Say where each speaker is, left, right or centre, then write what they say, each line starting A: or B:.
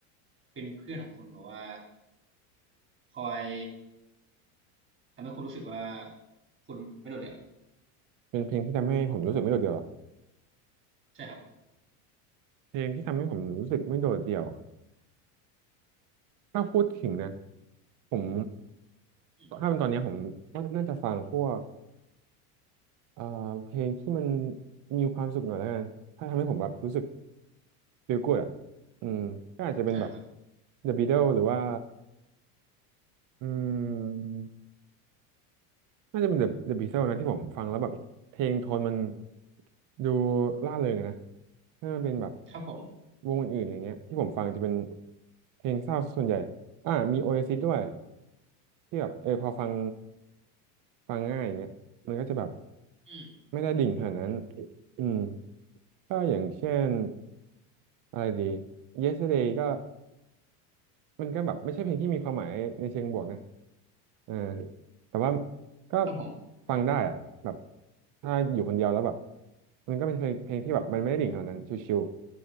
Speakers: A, on the right; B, on the right.
A: เป็นเพื่อนของคุณแบบว่าคอยทำให้คุณรู้สึกว่าคุณไม่โดดเดี่ยว
B: เป็นเพลงที่ทำให้ผมรู้สึกไม่โดดเดี่ยวเหรอ
A: ใช่ครับ
B: เพลงที่ทำให้ผมรู้สึกไม่โดดเดี่ยวถ้าพูดถึงนะผม
A: อืม
B: ถ้าเป็นตอนเนี้ยผมน่าจะฟังพวก เอ่อเพลงที่มันมีความสุขหน่อยแล้วกันถ้าทำให้ผมแบบรู้สึก feel good อ่ะอืมก็อาจจะเป็นแบบ
A: อ่าครับ
B: The Beatles หรือว่าอืมน่าจะเป็น The The Beatles นะที่ผมฟังแล้วแบบเพลงโทนมันดูร่าเริงอะนะถ้ามันเป็นแบบ
A: ครับผม
B: วงอื่นๆอย่างเงี้ยที่ผมฟังจะเป็นเพลงเศร้าส่วนใหญ่อ่ามี Oasis ด้วยที่แบบเออพอฟัง ฟังง่ายอย่างเงี้ยมันก็จะแบบ
A: อืม
B: ไม่ได้ดิ่งขนาดนั้นอืมก็อย่างเช่นอะไรดี Yesterday ก็มันก็แบบไม่ใช่เพลงที่มีความหมายในเชิงบวกนะอ่าแต่ว่าก็
A: ครับผม
B: ฟังได้อะแบบถ้าอยู่คนเดียวแล้วแบบมันก็เป็นเพลงเพลงที่แบบมันไม่ได้ดิ่งขนาดนั้นชิว